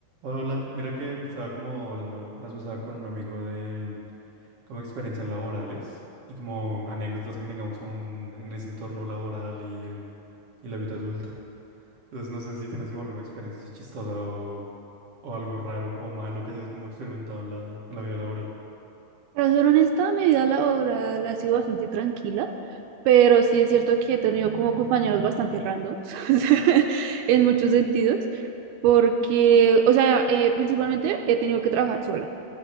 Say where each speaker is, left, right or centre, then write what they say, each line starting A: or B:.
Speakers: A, on the right; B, on the right.
A: Hola, hola. Mira que estaba como hablando las pasaba con un amigo de como experiencias laborales y como anécdotas que tengamos como en, en ese entorno laboral y, y la vida adulta. Entonces no sé si tienes como alguna experiencia así chistosa o, o algo raro o malo que hayas como experimentado en la, en la vida laboral.
B: Para ser honesta, mi vida laboral ha sido bastante tranquila, pero sí es cierto que he tenido como compañeros bastante randoms <laughs> en muchos sentidos, porque, o sea, eh, principalmente he tenido que trabajar sola,